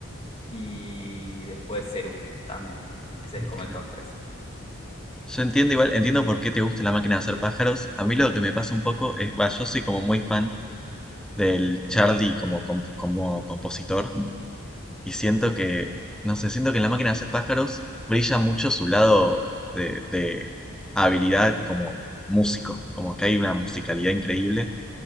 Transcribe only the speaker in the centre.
claro.
Yo entiendo igual, entiendo por qué te gusta la máquina de hacer pájaros. A mí lo que me pasa un poco es, va, yo soy como muy fan del Charlie como, comp- como compositor y siento que, no sé, siento que en la máquina de hacer pájaros brilla mucho su lado de, de habilidad como músico, como que hay una musicalidad increíble,